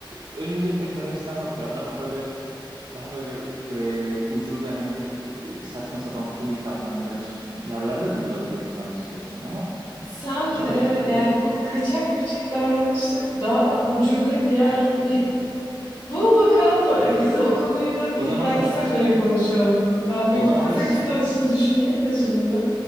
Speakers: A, on the right; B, on the left.
A: e, önümüzde bir tek Kazakistan yok ya. Daha böyle daha böyle u- e, ucube hani f- e, saçma sapan freak anlamında ş- yerler de bulabilirim sana istiyorsan ama
B: Sen
A: şimdi
B: e, yani bu kaçak göçek davranışta daha ucube bir yer bir bul bakalım bu- e, biz o konuyu da
A: o
B: bir
A: zaman
B: dahaki
A: da
B: sefere konuşalım. Ben
A: o,
B: bir
A: o
B: bu
A: zaman
B: Kazakistan
A: da ş-
B: için düşüneyim de şimdi.